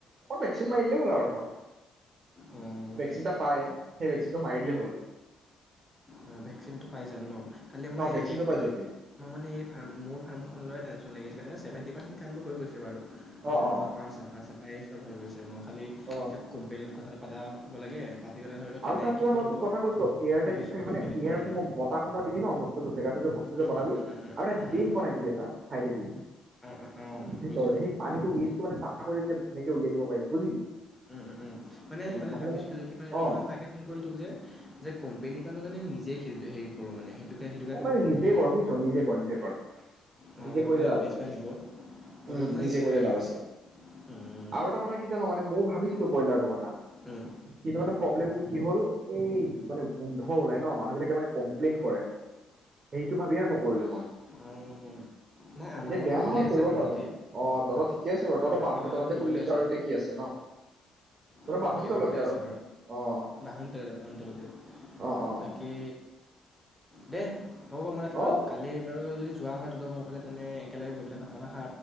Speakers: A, on the right; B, in the centre.
A: অকণ ভেকচিন মাৰি দিলেই হ'ল আৰু ধৰ।
B: অঁ
A: ভেকচিন এটা পায়। সেই ভেচিনটো মাৰি দিলেই হ'ল।
B: অ', ভেকচিনটো পাই যাম ন! খালি মই
A: অ ভেকচিনটো
B: এইখন,
A: পাই যাবি
B: মই মানে এই, মোৰ ফাৰ্মখন লৈ টেনচন। লাগিছিল মানে ছেভেনটি পাৰ্চেণ্ট কামটো হৈ গৈ বাৰু।
A: অ
B: বনোৱা
A: অ
B: কৰা, চাফা, চাফাই হৈ গৈছে মোৰ খালি, <unintelligible>
A: অ
B: কথা আদা হ'ব লাগে। <unintelligible> ধৰি লওঁক কেনে
A: আৰু তাত
B: কি
A: যে
B: ক'ত
A: মই
B: হ'ব।
A: তোক কথা কৈছো এয়াৰ
B: ভাবিছোঁ
A: টাইপটো থাক
B: কোম্পেনী
A: মানে
B: কৰে
A: এয়াৰ সময়
B: নাই
A: বতাহ সোমোৱা দিবি ন বস্তুটো জেগাটো যে বস্তু যে
B: উম
A: বনাবি
B: উম উম উম
A: আৰু এটা
B: উম
A: ড্ৰেইন
B: উম
A: বনাই দিবি এটা চাইডে দি
B: অঁ অঁ অঁ
A: ভিতৰতে
B: বুজিছোঁ
A: সেই পানীটো ৱেষ্টটো মানে চাফা কৰি ধুনীয়াকে উলিয়াই দিব পাৰি, বুজিলি।
B: উম, উম, উম, মানে
A: অ'
B: মানে
A: নহ'লে
B: ভাবিছিলো যে কি মানে
A: অ'
B: মই তাকে ফোন কৰি তোক যে, যে কোম্পেনীৰ পৰা তই মানে নিজেই খে, হেৰি কৰোঁ মানে। সেইটো কাৰণে সেইটো কাৰণে তোক
A: মানে
B: মই ফোনটো
A: নিজে
B: কৰিলোঁ
A: কৰ বুজিছ, নিজে কৰ নিজে কৰ
B: অঁ
A: নিজে
B: অলপমান
A: কৰিলে লাভ
B: ইনভেষ্টমেণ্ট
A: আছে
B: হ'ব অলপমান
A: উম, নিজে
B: ইনভেষ্টমেণ্ট
A: কৰিলে লাভ আছে
B: হ'ব
A: আৰু এটা কথা কি জানো মানে ময়ো ভাবিছোঁ ব্ৰইলাৰটো কথা
B: উম,
A: কিন্তু মানে প্ৰব্লেম কি হ'ল, এই মানে গোন্ধ ওলাই ন! মানুহবিলাকে মানে কমপ্লেইন কৰে। সেইটো ভাবি আৰু নকৰিলো মই।
B: উম। নাই আমাৰ
A: এনে
B: বাৰু
A: বেয়া
B: দূৰলে
A: নহয়
B: আছে
A: কৰিব
B: বাৰু
A: পাৰ'
B: মাটি,
A: অ', তহঁত ঠিকে আছে বাৰু তহঁত
B: মাটি
A: বাঁহনি
B: অলপমান
A: তলতে
B: দূৰলে
A: খুলি লৈছ
B: আছে।
A: আৰু এতিয়া কি আছে ন'? তহঁত
B: অ'
A: বাঁহনি
B: সেইডোখৰতে
A: তলতে
B: আছে
A: আৰু
B: বাৰু
A: অ',
B: বাহন তলিতে বাহন তলিতে
A: অ', অ।
B: বাকী দে। হ'ব মই ৰাখি
A: অ'
B: বাৰু, কালি বাৰু যদি <unintelligible>